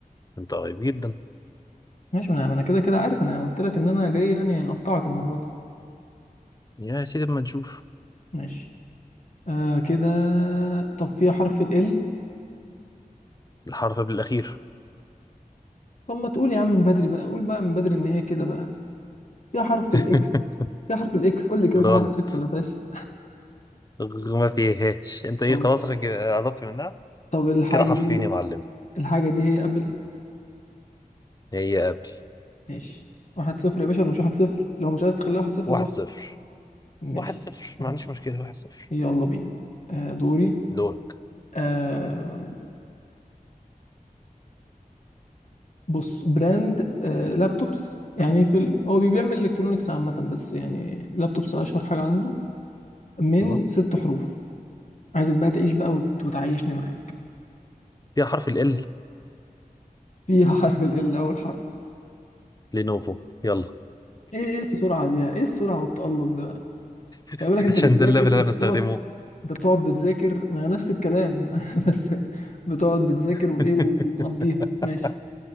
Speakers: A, on the left; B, on the left.
A: أنت قريب جدا
B: ماشي ما أنا ما أنا كده كده عارف أنا قلت لك إن أنا جاي يعني أقطعك المرة دي
A: يا سيدي اما نشوف
B: ماشي آه كده طب فيها حرف ال L
A: الحرف بالأخير
B: طب ما تقول يا عم من بدري بقى قول بقى من بدري ان هي كده بقى فيها حرف
A: <laughs>
B: الاكس فيها حرف الاكس قول لي كده
A: غلط
B: فيها حرف الاكس ولا فيهاش
A: غ- ما فيهاش
B: <laughs>
A: انت ايه
B: طب
A: خلاص خ- قربت منها
B: طب الحاجه
A: كده حرفين
B: دي
A: يا معلم
B: الحاجه دي هي ابل
A: هي قبل
B: ماشي واحد صفر يا باشا ولا مش واحد صفر لو مش عايز تخليها واحد صفر
A: واحد
B: براحتك
A: صفر
B: ماشي
A: واحد صفر
B: واحد
A: ما عنديش
B: صفر
A: مشكلة واحد صفر
B: يلا بينا آه دوري
A: دورك
B: آه بص براند آه لابتوبس يعني في ال... هو بيعمل الكترونكس عامه بس يعني لابتوبس اشهر حاجه عنده من
A: أهو.
B: ست حروف عايزك بقى تعيش بقى وت- وتعيشني معاك
A: فيها حرف ال L
B: فيها <laughs> حرف ال ال أول حرف
A: لينوفو يلا
B: إيه إيه السرعة دي إيه السرعة والتألق ده بقى
A: <laughs>
B: خلي بالك أنت
A: عشان
B: بتذاكر
A: ده الليفل اللي
B: أنت
A: انا بستخدمه
B: بتقعد أنت بتقعد بتذاكر ما نفس الكلام <laughs> بس بتقعد بتذاكر
A: <laughs>
B: وإيه ومقضيها ماشي